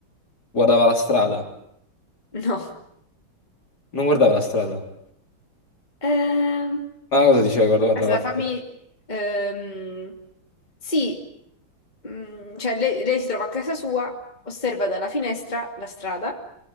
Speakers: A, on the left (about 50°); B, on the left (about 20°).
A: Guardava la strada.
B: no.
A: Non guardava la strada.
B: Ehm,
A: Ma cosa diceva? Guarda,
B: Aspetta,
A: guarda, la-
B: fammi...
A: strada.
B: ehm, sì, mm, cioè lei, lei si trova a casa sua, osserva dalla finestra la strada,